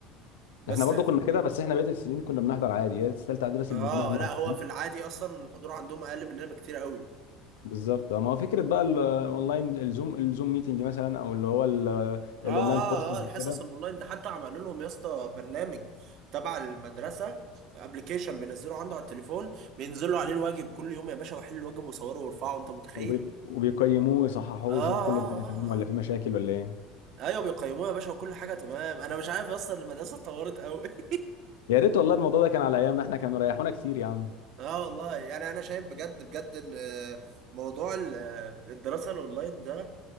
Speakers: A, on the left; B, on the right.
A: <laughs>
B: بس
A: احنا برضو كنا كده بس احنا بقيت السنين كنا بنحضر عادي هي الثالثه اعدادي بس
B: اه
A: اللي ما كناش بنحضر
B: لا هو في العادي اصلا الحضور عندهم اقل مننا بكتير قوي
A: بالظبط ما هو فكره بقى ال- الاونلاين الزوم الزوم ميتنج مثلا او اللي هو ال-
B: اه
A: الاونلاين
B: اه
A: كورسز
B: اه الحصص
A: وكده
B: الاونلاين ده حتى عملوا لهم يا اسطى برنامج تبع المدرسه ابلكيشن بينزلوا عنده على التليفون بينزلوا عليه الواجب كل يوم يا باشا ويحلوا الواجب ويصوروا ويرفعوا انت متخيل
A: وبي- وبيقيموه ويصححوه
B: اه
A: ويشوفوا
B: اه
A: كل الدنيا
B: اه
A: تمام
B: اه
A: ولا
B: آه.
A: في مشاكل ولا ايه
B: ايوه بيقيموه يا باشا وكل حاجه تمام انا مش عارف اصلا المدرسه اتطورت قوي <laughs>
A: يا ريت والله الموضوع ده كان على ايامنا احنا كانوا ريحونا كتير يا عم
B: اه والله يعني انا شايف بجد بجد ان موضوع ال- الدراسه الاونلاين ده